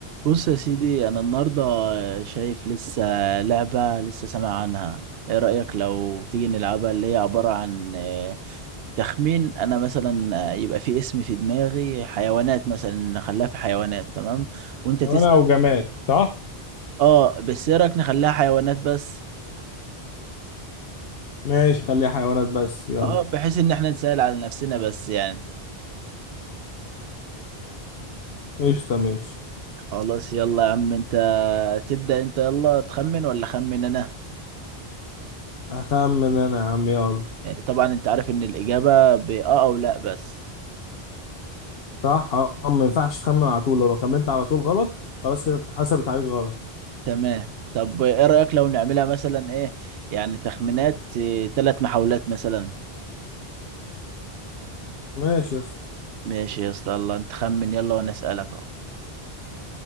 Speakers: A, on the right; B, on the left.
A: بص يا سيدي انا النهارده شايف لسه لعبه لسه سامع عنها ايه رايك لو تيجي نلعبها اللي هي عباره عن آه، تخمين انا مثلا آه، يبقى في اسم في دماغي حيوانات مثلا نخليها في حيوانات تمام وانت تسال
B: حيوانة أو جماد صح؟
A: اه بس ايه رايك نخليها حيوانات بس
B: ماشي خليها حيوانات بس يلا
A: اه بحيث ان احنا نسال على نفسنا بس يعني
B: قشطة ماشي
A: خلاص يلا يا عم انت تبدا انت يلا تخمن ولا خمن انا
B: أخمن أنا يا عم يلا
A: طبعا انت عارف ان الاجابه باه او لا بس
B: صح؟ أه ما ينفعش تخمن على طول لو خمنت على طول غلط خلاص كده اتحسبت عليك غلط
A: تمام طب ايه رأيك لو نعملها مثلا ايه يعني تخمينات ثلاث محاولات مثلا
B: ماشي يا اسطى
A: ماشي يا اسطى الله انت خمن يلا وانا اسألك اهو